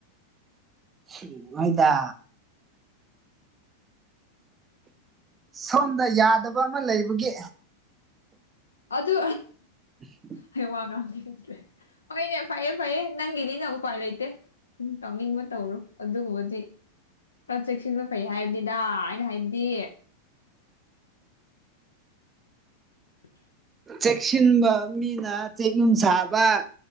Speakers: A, on the right; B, on the left.
A: ꯁꯤ ꯃꯣꯏꯗ ꯁꯣꯝꯗ ꯌꯥꯗꯕ ꯑꯃ ꯂꯩꯕꯒꯤ
B: ꯑꯗꯨ
A: <inaudible>
B: ꯑꯩ ꯋꯥ ꯉꯥꯡꯅꯤꯡꯗ꯭ꯔꯦ ꯍꯣꯏꯅꯦ ꯐꯩꯌꯦ ꯐꯩꯌꯦ ꯅꯪꯒꯤꯗꯤꯅ ꯎꯄꯥꯏ ꯂꯩꯇꯦ꯫ ꯇꯥꯎꯅꯤꯡꯕ ꯇꯧꯔꯣ ꯑꯗꯨꯒꯨꯝꯕꯗꯤ꯫ ꯈꯔ ꯆꯦꯛꯁꯤꯟꯕ ꯐꯩ ꯍꯥꯏꯕꯅꯤꯗ ꯑꯩꯅ ꯍꯥꯏꯕꯗꯤ꯫ <inaudible>
A: ꯆꯦꯛꯁꯤꯟꯕ ꯃꯤꯅ ꯆꯦꯛ ꯌꯨꯝ ꯁꯥꯕ꯫